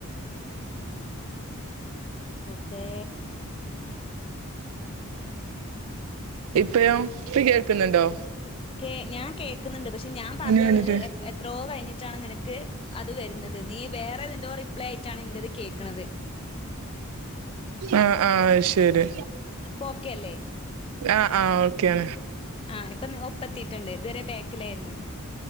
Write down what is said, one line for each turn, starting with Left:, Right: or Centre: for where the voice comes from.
Left: പെർതേ
Right: ഇപ്പഴോ ഇപ്പ കേക്ക്ന്ന്ണ്ടോ?
Left: കേ ഞാൻ കേക്ക്ന്ന്ണ്ട് പക്ഷെ ഞാൻ പറഞ്ഞത്
Right: ഒന്ന് മിനിറ്റ്
Left: എ എത്രോ കയ്ഞ്ഞിട്ടാണ് നിനക്ക് അത് വര്ന്നത് നീ വേറെതിന്റോ റിപ്ലൈ ആയിട്ടാണ് എൻ്റത് കേക്ക്ണത്.
Right: ആഹ് ആഹ് അത് ശരി.
Left: അപ്പൊ ഓക്കെ അല്ലേ
Right: ആഹ് ആഹ് ഓക്കെയാണ്.
Left: ആഹ് ഇപ്പൊ ഒപ്പ എത്തിട്ണ്ട് ഇതുവരെ ബാക്കിലാര്‌ന്ന്‌.